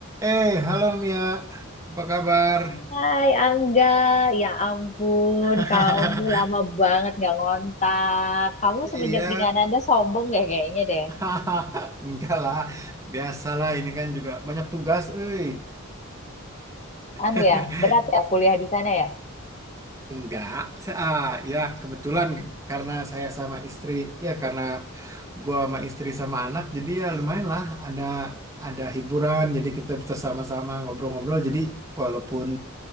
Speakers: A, on the right; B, on the left.
A: Eh, halo Mia, apa kabar?
B: Hai Angga, ya ampun
A: <laughs>
B: kamu lama banget nggak ngontak. Kamu semenjak
A: Iya,
B: di Kanada sombong deh kayaknya deh.
A: <laughs> enggak lah, biasalah ini kan juga banyak tugas, eh.
B: Anu
A: <laughs>
B: ya, berat ya kuliah di sana ya.
A: Enggak, sa- ah, ya kebetulan karena saya sama istri, ya karena gua sama istri sama anak, jadi ya lumayan lah ada ada hiburan, jadi kita bisa sama-sama ngobrol-ngobrol, jadi walaupun